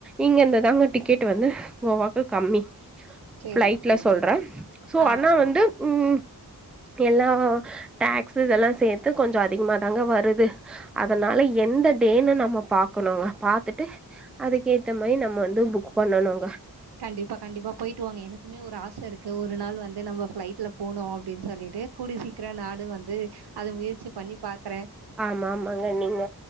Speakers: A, in the centre; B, on the right.
A: இங்கருந்து தாங்க டிக்கெட் வந்து கோவாக்கு கம்மி
B: செரி
A: ஃபிளைட்ல
B: செரி
A: சொல்றே சோ
B: ஆ
A: அண்ணா வந்து
B: ஆ
A: உம் எல்லா டாக்ஸு இதெல்லா சேத் து கொஞ்ச அதிகமா தாங்க வருது அதனால எந்த டேனு நம்ம பாக்கணு பாத்துட்டு அதுக்கு ஏத்த மாரி நம்ம வந்து புக் பண்ணனுங்க
B: கண்டிப்பா கண்டிப்பா போயிட்டு வாங்க எனக்குமே ஒரு ஆச இருக்கு ஒரு நாள் வந்து நம்ம ஃபிளைட்ல போனு அப்டின் சொல்லிட்டு கூடிய சீக்கிர நானு வந்து அத முயற்சி பண்ணி பாக்குறே
A: ஆமா ஆமாங்க நீங்க